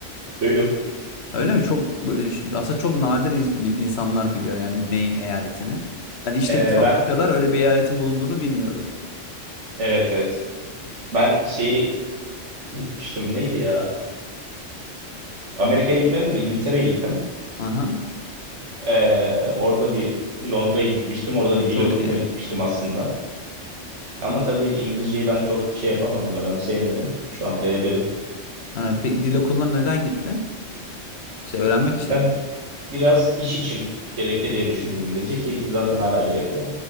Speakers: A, on the right; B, on the left.
A: Duydum.
B: Öyle mi? Çok aslında çok nadir in- insanlar biliyor yani Maine eyaletini. Ben iş
A: Ee,
B: teklifi
A: ben
B: alana kadar öyle bir eyaletin bulunduğunu bilmiyordum.
A: evet evet. Ben şeyi gitmiştim neydi ya? Amerika'ya gitmedim de İngiltere'ye gittim.
B: Aha,
A: Ee, orada bir Londra'ya gitmiştim. Orada bir dil
B: çok
A: okuluna
B: iyi.
A: gitmiştim aslında. Ama tabii İngilizceyi ben çok şey yapamadım, önemseyemedim. Şu an B1'im.
B: Ha, peki dil okuluna neden gitti? Şey öğrenmek için
A: Ya
B: mi?
A: biraz iş için gerekli diye düşündüm İngilizce ki zaten hala gerekli.